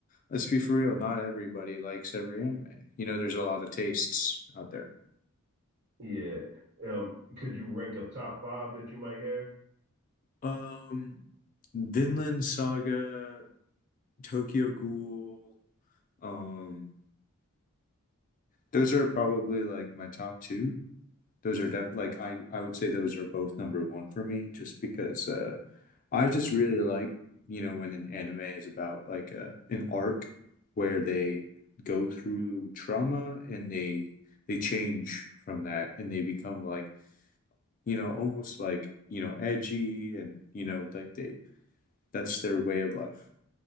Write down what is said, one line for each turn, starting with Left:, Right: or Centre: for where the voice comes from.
Left: Let's be for real, not everybody likes every anime. You know, there's a lot of tastes out there.
Right: Yeah. Um, could you rank a top five that you might have?
Left: Um, Vinland Saga, Tokyo Ghoul. Um, those are probably like my top two. Those are def like I I would say those are both number one for me, just because uh I just really like you know when an anime is about like uh, an arc where they go through trauma and they they change from that and they become like you know, almost like, you know, edgy and, you know, like they, that's their way of life.